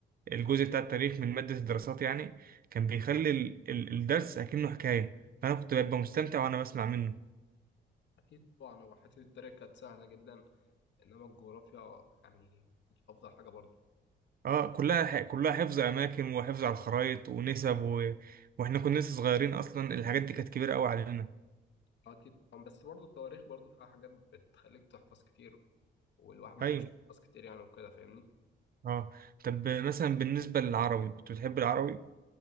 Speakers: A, on the right (about 50°); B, on the left (about 65°).
A: الجزء بتاع التاريخ من مادة الدراسات يعني كان بيخلي ال- ال- الدرس اكنه حكاية فانا كنت ببقى مستمتع وانا بسمع منه
B: اكيد طبعا هو حته التريك كانت سهله جدا انما الجغرافيا يعني مش افضل حاجه برضو
A: اه كلها ح- كلها حفظ اماكن وحفظ على الخرايط ونسب و... واحنا كنا لسه صغيرين اصلا الحاجات دي كانت كبيرة قوي علينا
B: اكيد طبعاً، بس برضو التواريخ برضو فيها حاجات بتخليك تحفظ كتير والواحد ما
A: ايوه
B: كانش بيحفظ كتير يعني وكده فاهمني
A: اه طب مثلا بالنسبة للعربي كنت بتحب العربي